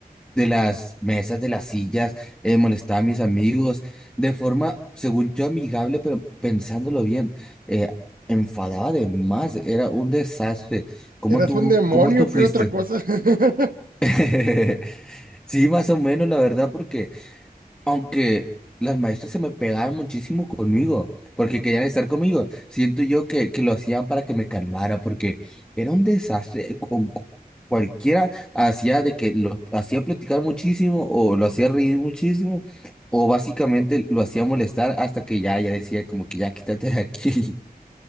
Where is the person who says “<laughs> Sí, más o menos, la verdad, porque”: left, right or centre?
Centre